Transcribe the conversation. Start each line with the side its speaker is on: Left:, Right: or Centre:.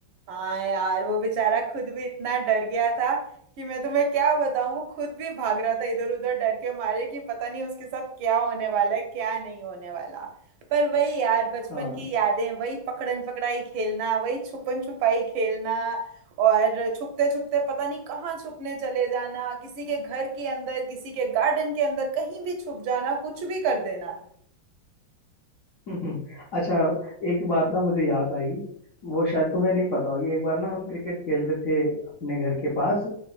Right: हाँ यार वो बेचारा खुद भी इतना डर गया था कि मैं तुम्हें क्या बताऊं वो खुद भी भाग रहा था इधर उधर डर के मारे कि पता नहीं उसके साथ क्या होने वाला है क्या नहीं होने वाला पर वही यार बचपन
Left: हाँ
Right: की यादें वही पकड़न पकड़ाई खेलना वही छुपन छुपाई खेलना और छुपते छुपते पता नहीं कहाँ छुपने चले जाना किसी के घर के अंदर किसी के गार्डन के अंदर कहीं भी छुप जाना कुछ भी कर देना
Left: <laughs> अच्छा एक बात ना मुझे याद आई वो शायद तुम्हें नहीं पता होगी एक बार ना हम क्रिकेट खेल रहे थे अपने घर के पास